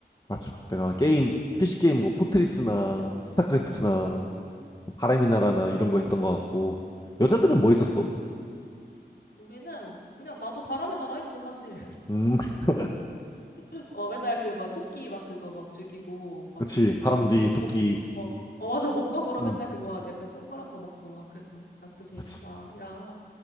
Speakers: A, on the left; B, on the left.
A: 맞아 그때는 막 게임 PC 게임 뭐 포트리스나 스타크래프트나
B: 어, 어.
A: 바람의 나라나 이런 거 했던 것 같고 여자들은 뭐
B: 그래.
A: 있었어
B: 우리는 그냥 나도 바람의 나라 했어, 사실.
A: 음 <laughs>
B: <laughs> 어, 맨날 그 막 토끼 막 그거 막 죽이고, 막
A: 그치
B: 그,
A: 다람쥐
B: 목,
A: 토끼
B: 목, 어, 어, 맞아. 목검으로
A: 음
B: 맨날 그거 막 약간 동그란 거 먹고 막 그랬던 거. 아 진짜 재밌다.
A: 맞아.
B: 야,